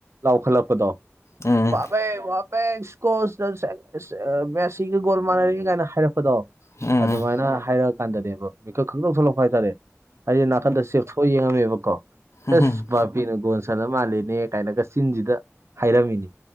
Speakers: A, on the right; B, on the left.
A: ꯂꯥꯎꯈꯠꯂꯛꯄꯗꯣ
B: ꯎꯝ
A: <unintelligible> ꯕꯦꯁꯀꯣꯁ <unintelligible> ꯃꯦꯁꯤꯒ ꯒꯣꯜ ꯃꯥꯟꯅꯔꯤ ꯀꯥꯏꯅ ꯍꯥꯏꯔꯛꯄꯗꯣ
B: ꯎꯝ
A: ꯑꯗꯨꯃꯥꯏꯅ ꯍꯥꯏꯔꯛꯑ ꯀꯥꯟꯗꯅꯦꯕ ꯃꯤꯀꯞ ꯈꯪꯊꯣꯛ ꯊꯣꯛꯂꯛꯄ ꯍꯥꯏ ꯇꯥꯔꯦ ꯑꯩꯖꯦ ꯅꯥꯀꯟꯗ ꯆꯦꯞꯊꯣꯛ ꯑ ꯌꯦꯡꯉꯝꯃꯦꯕꯀꯣ
B: ꯎꯝ
A: ꯏꯁ ꯕꯥꯥꯄꯤꯅ ꯒꯣꯟ ꯆꯜꯂ ꯃꯥꯜꯂꯦꯅꯦ ꯀꯥꯏꯅꯒ ꯆꯤꯟꯁꯤꯗ ꯍꯥꯏꯔꯝꯃꯤꯅꯦ